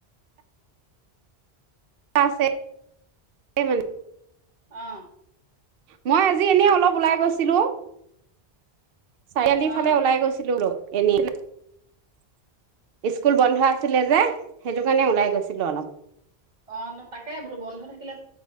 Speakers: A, on the right; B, on the right.
A: একো বুজা নগ'ল অস্পষ্ট <unintelligible>
B: অঁ
A: মই আজি এনে অলপ ওলাই গৈছিলোঁ। চাৰিআলি
B: অ
A: ফালে ওলাই গৈছিলোঁ লো। এনেই স্কুল বন্ধ আছিলে যে সেইটো কাৰণে ওলাই গৈছিলোঁ অলপ।
B: অঁ তাকে বোলোঁ বন্ধ থাকে।